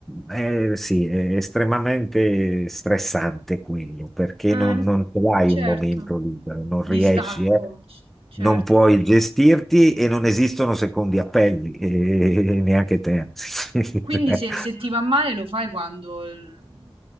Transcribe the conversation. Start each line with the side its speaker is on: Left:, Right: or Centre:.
Centre: eh, sì, è estremamente stressante quello perché
Right: eh,
Centre: non, non ce l'hai
Right: certo,
Centre: un momento libero, non
Right: distacco,
Centre: riesci, eh,
Right: c- certo.
Centre: non puoi gestirti e non esistono secondi appelli, e neanche te. <laughs>
Right: Quindi se, se ti va male lo fai quando il-